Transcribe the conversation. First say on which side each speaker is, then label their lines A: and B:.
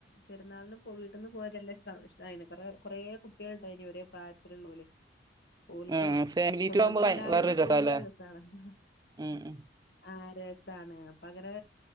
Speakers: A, on the left; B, on the right.
A: പെരുന്നാളിന് വീട്ടിന്ന് പോയതല്ല സഹിഷ്ണായിരുന്നു. കൊറെ കൊറെ കുട്ടികളൊണ്ടായിന് ഇവെരേ പ്രായത്തിലുള്ള പോലും. ഇവെളെക്ക്
B: ഉം ഫാമിലി
A: കുടുംബത്തിലെ
B: ടൂർ ആവുമ്പോ
A: എല്ലാരോടും
B: വേറൊരു രസാല്ലേ
A: കൂടുമ്പോളല്ലേ രെസാണല്ലോ.
B: ഉം ഉം
A: ആഹ് രെസാണ്. അപ്പ അങ്ങനെ